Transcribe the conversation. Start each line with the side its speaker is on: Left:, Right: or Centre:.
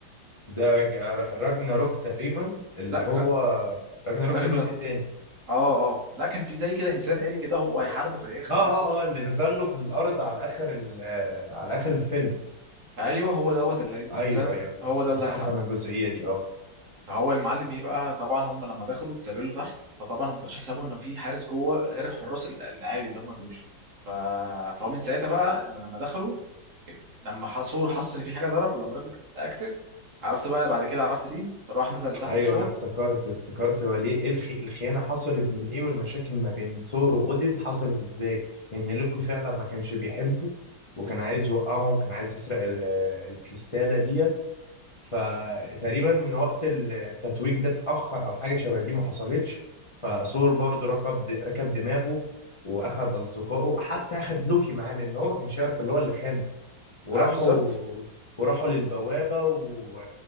Left: ده ج- راجناروك تقريبا اللي
Right: لا
Left: هو
Right: جرا-
Left: راجناروك
Right: راجناروك
Left: ده جزء تاني
Right: اه اه لا كان في زي كده انسان آلي كده هو هيحاربه في الاخر
Left: اه
Right: في
Left: اه
Right: نفس
Left: اه اللي نزل له في الارض على اخر ال... آه، على اخر الفيلم
Right: ايوه هو دوت اللي الانسان
Left: ايوه ايوه أيوة،
Right: هو
Left: افتكرت
Right: ده اللي هيحاربه
Left: انا الجزئيه دي اه
Right: فهو المعلم ايه بقى طبعا هم لما دخلوا اتسللوا تحت فطبعا هم ما كانش حسابهم ان في حارس جوه غير الحراس ال- العادي اللي هم بيمشوا ف... فهو من ساعتها بقى لما لما دخلوا لما ح- سور حس ان في حاجه ضرب ولما الراجل اكتف عرفت بقى بعد كده عرفت دي فراح نزل تحت
Left: ايوه
Right: سور
Left: انا افتكرت افتكرت هو ليه ايه الخ... الخيانه حصلت من ايه والمشاكل ما بين ثور واودين حصلت ازاي ان لوكي فعلا ما كانش بيحبه وكان عايز يوقعه وكان عايز يسرق ال... الكريستاله ديت فتقريبا وقت التتويج ده اتاخر او حاجه شبه دي ما حصلتش فثور برضه ركب د... ركب دماغه واخد اصدقائه حتى اخد لوكي معاه لان هو ما كانش يعرف اللي هو اللي خانه وراحوا
Right: اه بالظبط
Left: وراحوا للبوابة و...